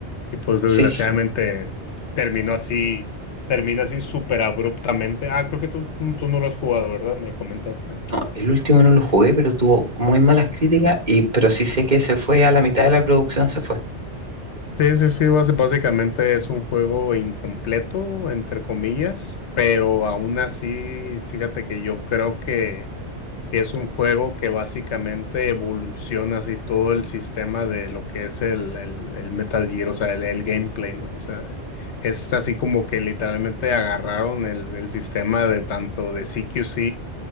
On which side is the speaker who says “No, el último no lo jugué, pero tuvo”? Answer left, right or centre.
Right